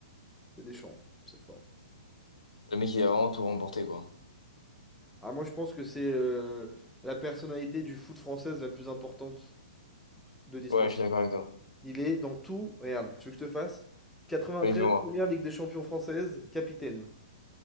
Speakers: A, in the centre; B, on the left.
A: C'est Deschamps, c'est fort.
B: Le mec, il a vraiment tout remporté, quoi.
A: Ah, moi, je pense que c'est euh, la personnalité du foot française la plus importante de l'histoire.
B: Ouais, je suis d'accord avec toi.
A: Il est dans tout. Regarde, tu veux que je te fasse? 93,
B: Oui, fais-moi.
A: première Ligue des champions française, capitaine.